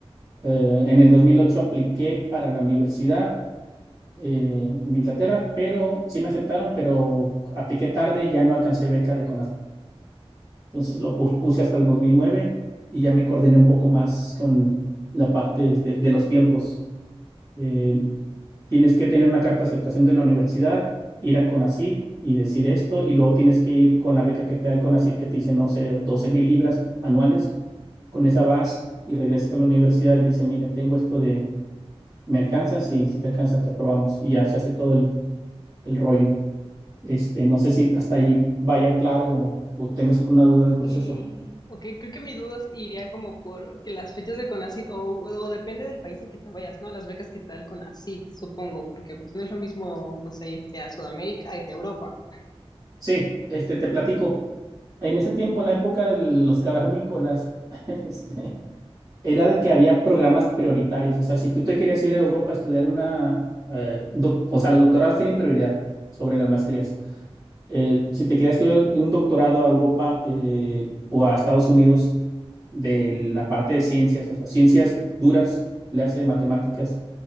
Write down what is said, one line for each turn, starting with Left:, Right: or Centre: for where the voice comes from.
Right: Eh, en el 2008 apliqué para la universidad eh, en Inglaterra, pero sí me aceptaron, pero apliqué tarde y ya no alcancé beca de Entonces lo puse hasta el 2009 y ya me coordiné un poco más con la parte este, de, los tiempos. Eh, tienes que tener una carta de aceptación de la universidad, ir al CONACYT y decir esto, y luego tienes que ir con la beca que te da el CONACYT, que te dice, no sé, doce mil libras anuales. Con esa vas y regresas a la universidad y le dice, mire, tengo esto de, ¿me alcanza? Sí, si te alcanza, te aprobamos. Y ya se hace todo el, el rollo. Este, no sé si hasta ahí vaya claro o, o tengas alguna duda del
Left: Ok,
Right: proceso.
Left: ok, creo que mi duda iría como por que las fechas de CONACYT, o, o depende del país al que te vayas, ¿no? Las becas que tal CONACYT, supongo, porque pues no es lo mismo, no sé, irte a Sudamérica, irte a Europa.
Right: Sí, este, te platico. En ese tiempo, en la época de los cavernícolas, <laughs> este, era de que había programas prioritarios. O sea, si tú te querías ir a Europa a estudiar una, eh, doc- o sea, los doctorados tienen prioridad sobre las maestrías. Eh, si te querías estudiar un doctorado a Europa eh, o a Estados Unidos de la parte de ciencias, o sea, ciencias duras, le hace matemáticas,